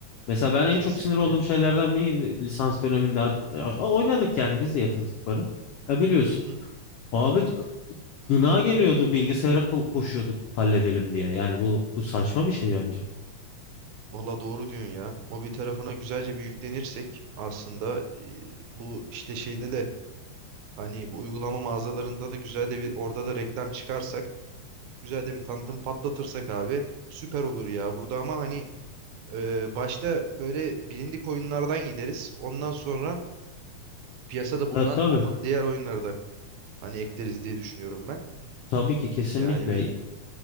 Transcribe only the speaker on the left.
Mesela ben en
çok sinir olduğum şeylerden biri lisans döneminde a- a- oynadık yani biz de yatırdık para. Ya biliyorsun.
Abi gına geliyordu bilgisayara ko- koşuyorduk halledelim diye. Yani bu bu saçma bir şey bence.
Ya tabii.
Tabii ki kesinlikle.